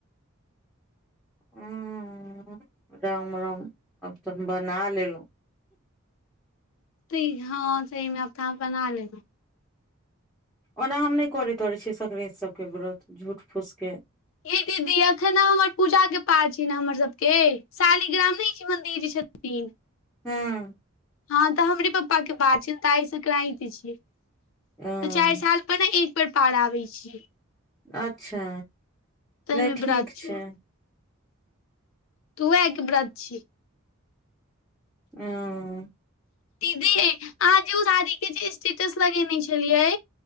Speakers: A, in the centre; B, on the left.
A: हूँ राम राम आब तऽ हम बना लेलहुँ
B: त हँ सहमे आब तऽ आहाँ बना लेलो
A: ओना हम नहि करैत छी, सकरान्ति सभके व्रत झूठ-फूसके।
B: याई दीदी आँखने हमर पूजाक पाठ छै ने, हमर सभके शालिग्राम नहि छै, मन्दिर जे छथिन।
A: हूँ
B: हँ तऽ हमरे पापाके बात छै ने, तऽ आइ सकराति छै दू-चारि
A: हँ
B: साल। में एक बेर पार आबै छै
A: अच्छा
B: ताहिमे
A: नहि ठीक
B: व्रत छौ
A: छै
B: तो वेहा के व्रत छीयै
A: ह
B: दीदी याई अहाँ जे ओ साडीके जे स्टेटस लगेने छलियै